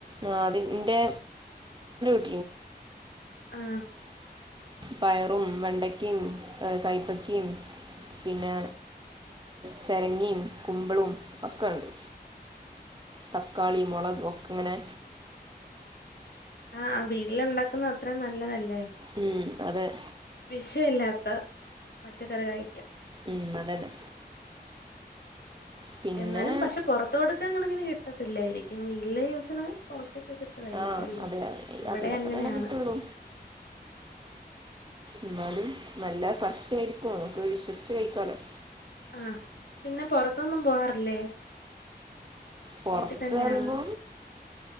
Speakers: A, on the right; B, on the left.
A: ആ അത് എൻ്റെ <unintelligible>
B: ആഹ്
A: പയറും വെണ്ടക്കയും കൈപ്പക്കയും! പിന്നെ ചിരങ്ങിയും കുമ്പളും ഒക്കെ ഉണ്ട്. തക്കാളി മുളക് ഒക്കെ ഇങ്ങനെ!
B: ആഹ് ആ വീട്ടിലുണ്ടാക്കുന്നത് അത്രയും നല്ലതല്ലേ!
A: ഉം അതെ
B: വിഷമില്ലാത്ത പച്ചക്കറി കഴിക്കാം.
A: ഉം അതന്നെ പിന്നെ
B: എന്നാലും പക്ഷെ പുറത്ത് കൊടുക്കുന്ന കണക്കിന് കിട്ടത്തില്ലായിരിക്കും. വീട്ടിലെ യൂസിന് കൊറച്ചൊക്കെ കിട്ടുവായിരിക്കും
A: ആഹ്
B: അല്ലേ?
A: അതെ
B: ഇവിടെ
A: അതിനൊക്കെ
B: അങ്ങിനെയാണ്.
A: തന്നെ കിട്ടുള്ളൂ
B: <unintelligible>
A: എന്നാലും നല്ല ഫ്രഷ് വെജിറ്റബിൾ ആയിരിക്കും. നമ്മുക്ക് വിശ്വസിച്ച്ച് കഴിക്കാലോ.
B: ആഹ്! പിന്നെ പുറത്തൊന്നും പോവാറില്ലേ?
A: പുറത്തെന്നു
B: വീട്ടിൽ തന്നെയാണോ